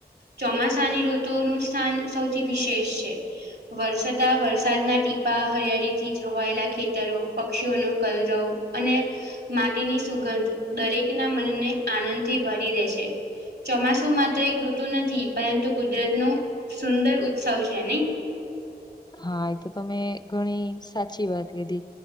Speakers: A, on the right (about 80°); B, on the left (about 25°).
A: ચોમાસાની ઋતુનું સ્થાન સૌથી વિશેષ છે. વરસતા વરસાદના ટીપા હરિયાળથી છવાયેલા ખેતરો પક્ષીઓનો કલરવ અને માટીની સુગંધ દરેકના મનને આનંદથી ભરી દે છે. ચોમાસું માત્ર એક ઋતુ નથી પરંતુ કુદરત નો સુંદર ઉત્સવ છે, નહી
B: હા એ તો તમે ઘણી સાચી વાત કધી